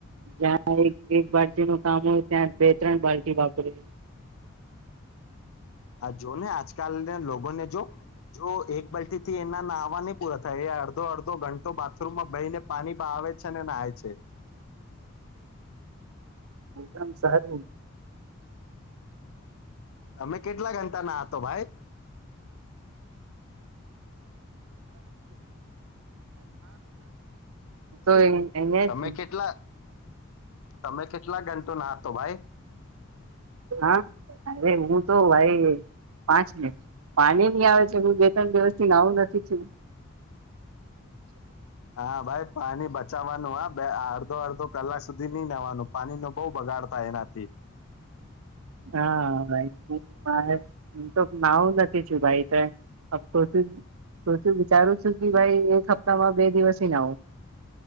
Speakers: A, on the right; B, on the left.
A: જ્યાં એક એક બાલ્ટી નું કામ હોય ત્યાં બે ત્રણ બાલ્ટી વાપરી
B: હ જો ને આજકાલના લોકોને જો જો એક પલ્ટી થી એના નાહવા નહી પૂરા થાય એ અડધો અડધો ઘંટો બાથરૂમમાં બેહી ને પાણી પણ આવે છે ને નાાય છે
A: એકમ સહેાર
B: તમે કેટલા ઘંટા ના હતો ભાઈ
A: તો એને
B: તમે
A: છે
B: કેટલા તમે કેટલા ઘંટો નાહતો ભાઈ
A: હા અરે હું તો ભાઈ પાંચ મિનિટ પાણી નની આવે છે હ બે ત્રણ દિવસ થી નવું નથી થું
B: હા ભાઈ પાણી બચાવાનું આ બે અડધો અડધો કલાક સુધી નઈ નવાનું પાણી નો બહ બગાડ થાય એના તે
A: હા ભાઈ હ મારે હું તો નાવું નથી છું ભાઈ વિચારું છું કે ભાઈ એક હપ્તામાં બે દિવસ નાવું